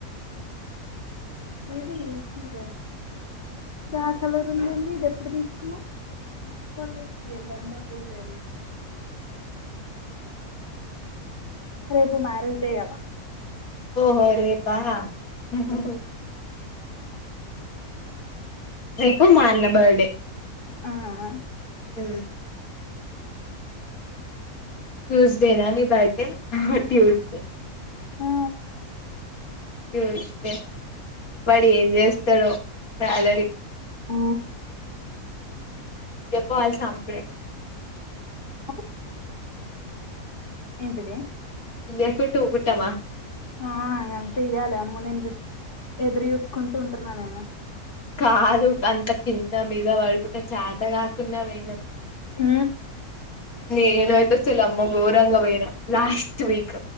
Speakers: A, on the left; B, on the left.
A: ఇది ఏ చీర గాఆ కలర్ ఉంది ఏంది ఇది ఎప్పుడు తీసు కున్నావ్ తీసుకోలేదు అది ఎల అప్పుడు వేసుకున్న ఆ రేపు మ్యారేజ్ డే కదా
B: ఓహో రేపా ఉ రేపు మా అన్న బర్డే
A: ఆ ఆ
B: ఉ ట్యూస్డే నా నీ బర్డే హ ట్యూస్డే
A: ఆ
B: ట్యూస్డే వాడు ఏం చేస్తాడో సాలరీ
A: ఆ
B: ఉహు చెప్ప వాలసి అప్పుడే
A: ఆ ఏంటిది
B: ఇయ్యకుంటే ఊరుకుంటామా
A: ఆ ఇగా అంతే ఇయ్యాలి అమ్మ నేను ఎదురు చూసుకుంటూ ఉంటున్నానేను
B: కాదు అంత కింద మీద పడుకుంటే చత కాకున్నా పోనాం
A: ఉ
B: నేనువుతే చిలమ్మ గోరంగ వేరా లాస్ట్ వీక్